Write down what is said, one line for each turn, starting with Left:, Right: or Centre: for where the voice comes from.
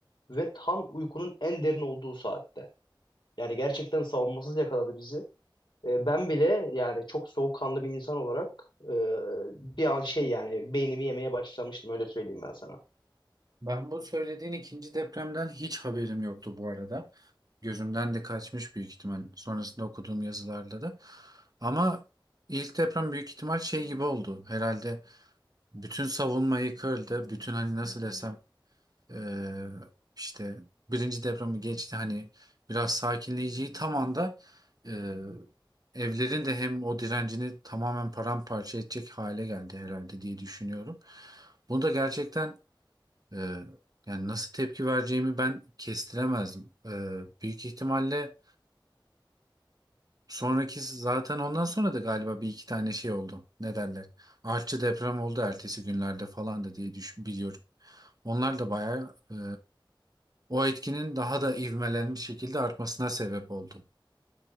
Left: ve tam uykunun en derin olduğu saatte. Yani gerçekten savunmasız yakaladı bizi. E, ben bile yani çok soğukkanlı bir insan olarak e, bir an şey yani beynimi yemeye başlamıştım öyle söyleyeyim ben sana.
Right: Ben bu söylediğin ikinci depremden hiç haberim yoktu bu arada. Gözümden de kaçmış büyük ihtimal sonrasında okuduğum yazılarda da. Ama ilk deprem büyük ihtimal şey gibi oldu. Herhalde bütün savunma yıkıldı. Bütün hani nasıl desem eee, işte birinci depremi geçti hani biraz sakinleyeceği tam anda eee, evlerin de hem o direncini tamamen paramparça edecek hale geldi herhalde diye düşünüyorum. Bunu da gerçekten ee, yani nasıl tepki vereceğimi ben kestiremezdim. Ee, büyük ihtimalle sonraki zaten ondan sonra da galiba bir iki tane şey oldu. Ne derler? Artçı deprem oldu ertesi günlerde falan da diye düşün, biliyorum. Onlar da bayağı e, o etkinin daha da ivmelenmiş şekilde artmasına sebep oldu.